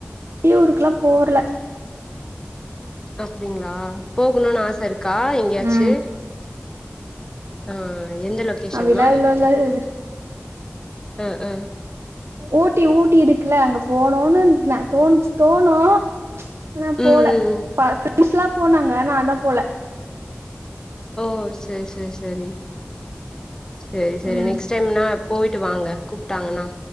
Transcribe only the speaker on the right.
வெளியூருக்லா போர்ல
ம்
அப்டிலா எதுவு இல்ல
ஓட்டி ஊட்டிருக்குல அங்க போனுனு தோன்ச்சு தோணு ஆனா
போல
ப ஃப்ரெண்ட்ஸ்லா போனாங்க நாதா போல
ம்